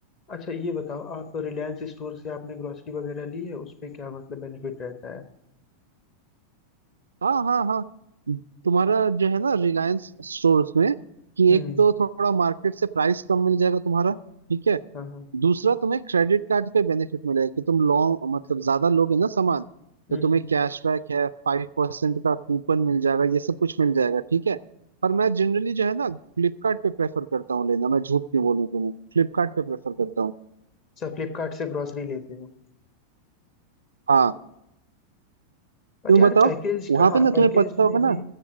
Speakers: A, on the left (about 35°); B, on the right (about 75°).
A: अच्छा ये बताओ आप रिलायंस स्टोर से आपने ग्रोसरी वगैरह ली है उस पे क्या मतलब बेनिफिट रहता है
B: हाँ हाँ हाँ तुम्हारा जो है ना रिलायंस स्टोर्स में कि
A: हम्म
B: एक तो थोड़ा मार्केट से प्राइस कम मिल जाएगा तुम्हारा ठीक है
A: हाँ हाँ
B: दूसरा तुम्हें क्रेडिट कार्ड पे बेनिफिट मिलेगा कि तुम लॉन्ग मतलब ज्यादा लोगे ना सामान तो
A: हम्म
B: तुम्हें कैशबैक है फाइव परसेंट का कूपन मिल जाएगा ये सब कुछ मिल जाएगा ठीक है पर मैं जनरली जो है ना फ्लिपकार्ट पे प्रेफर करता हूँ लेना मैं झूठ क्यों बोलूँ तुम्हें फ्लिपकार्ट पे प्रेफर करता हूँ
A: अच्छा फ्लिपकार्ट से ग्रोसरी लेते हो
B: हाँ
A: पर
B: क्यों
A: यार
B: बताओ
A: पैकेज
B: वहां
A: हाँ
B: पे ना
A: पैकेज
B: तुम्हें पता होगा
A: में भी
B: ना